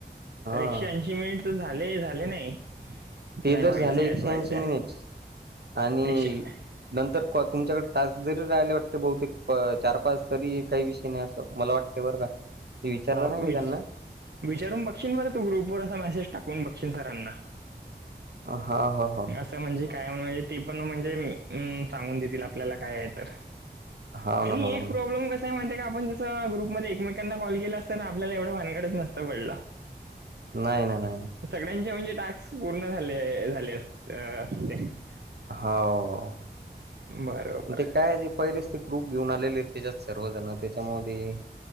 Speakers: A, on the right; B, on the right.
A: हा
B: तर एकशे ऐंशी मिनिट झाले झाले नाही.
A: ते
B: नाही
A: जर
B: व्हायचे
A: झाले
B: आहेत
A: एकशे
B: व्हायचे
A: ऐंशी
B: आहेत
A: मिनिट, आणि
B: एकशे
A: नंतर तुमच्याकडे टास्क जरी राहिले वाटते बहुतेक, चार पाच तरी काही विषय नाही असं मला वाटते बरं का, मी विचारलं
B: हा
A: नाही मी
B: विच
A: त्यांना.
B: विचारून बघशीन बरं तू ग्रुप वर, असा मेसेज टाकून बघशीन सरांना.
A: हा हा.
B: असं म्हणजे काय म्हण ते पण म्हणजे सांगून देतील आपल्याला काय आहे तर,
A: हाव
B: आणि
A: ना हो ना
B: एक
A: हो
B: प्रॉब्लेम
A: ना
B: कस म्हणत की आपण जसं, ग्रुपमध्ये एकमेकांना कॉल केला असता ना आपल्याला एवढं भानगडच नसतं पडलं.
A: नाही ना नाही ना
B: सगळ्यांचे म्हणजे टास्क पूर्ण झाले झाले अस अ <unintelligible>
A: हो,
B: बरोबर
A: ते काय ती पहिलीच ग्रुप घेऊन आलेले आहेत त्याच्यात सर्व जण, त्याच्यामुळं ते,